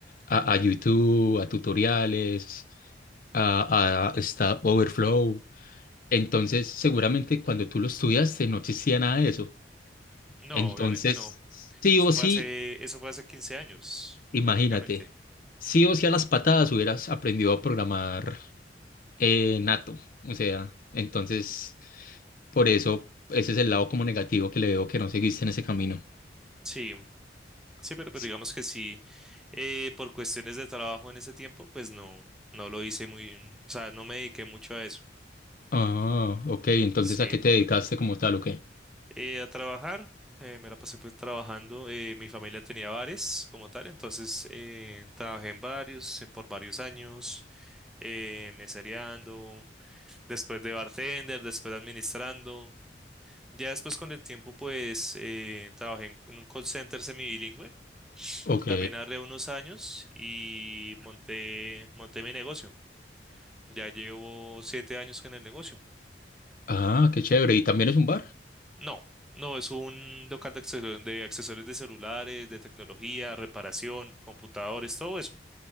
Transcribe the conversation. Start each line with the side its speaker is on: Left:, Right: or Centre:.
Left: a, a YouTube, a tutoriales, a, a Stack Overflow. Entonces, seguramente cuando tú lo estudiaste no existía nada de eso.
Centre: No,
Left: Entonces,
Centre: obviamente no.
Left: sí
Centre: Eso
Left: o sí,
Centre: fue hace, eso fue hace 15 años,
Left: imagínate,
Centre: prácticamente.
Left: sí o sí a las patadas hubieras aprendido a programar eh, nato. O sea, entonces... Por eso, ese es el lado como negativo que le veo que no seguiste en ese camino.
Centre: Sí, sí, pero pues
Left: Sí.
Centre: digamos que sí, eh, por cuestiones de trabajo en ese tiempo, pues no, no lo hice muy, o sea, no me dediqué mucho a eso.
Left: Ah, ok, entonces
Centre: Sí.
Left: ¿a qué te dedicaste como tal o qué?
Centre: Eh, a trabajar, eh, me la pasé pues trabajando. eh, mi familia tenía bares como tal, entonces eh, trabajé en varios, eh, por varios años, eh, mesereando, después de bartender, después administrando. Ya después con el tiempo pues eh, trabajé en, en un call center semibilingüe,
Left: Ok.
Centre: también hace unos años y monté, monté mi negocio. Ya llevo siete años con el negocio.
Left: Ah, qué chévere. ¿Y también es un bar?
Centre: No, no, es un local de accesorios, de accesorios de celulares, de tecnología, reparación, computadores, todo eso,